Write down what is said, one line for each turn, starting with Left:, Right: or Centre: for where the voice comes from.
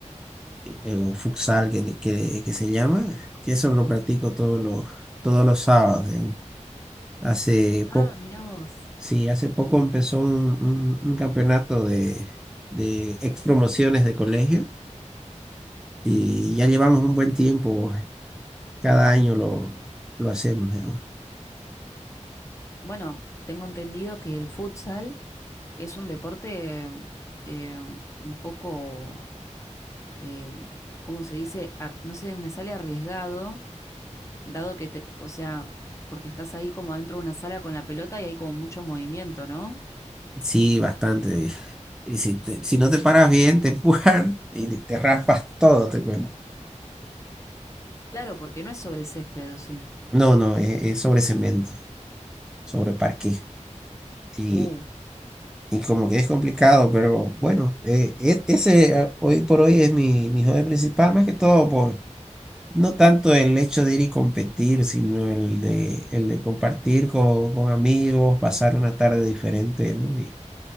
Centre: eh, o futsal que, le- que, que se llama, que eso lo practico todos los, todos los sábados, digamos. Hace
Left: Ah,
Centre: poco.
Left: mira vos.
Centre: Sí, hace poco
Left: Y
Centre: empezó un, un- un campeonato de, de ex promociones de colegio y ya llevamos un buen tiempo. Cada año lo, lo hacemos, digamos.
Left: bueno, tengo entendido que el futsal es un deporte eh, un poco, eh, ¿cómo se dice? Ar- no sé, me sale arriesgado, dado que, te- o sea, porque estás ahí como adentro de una sala con la pelota y hay como mucho movimiento, ¿no?
Centre: Sí, bastante. <laughs> Y si, te- si no te paras bien, te <laughs> empujan y te, te raspas todo, te cuento.
Left: Claro, porque no es sobre césped, ¿o sí?
Centre: No, no, es, es sobre cemento, sobre parqué. Y,
Left: Uh,
Centre: y como que es complicado, pero bueno, eh, e- ese eh, hoy por hoy es mi, mi hobby principal, más que todo por No tanto el hecho de ir y competir, sino el de, el de compartir con, con amigos, pasar una tarde diferente, ¿no? Y,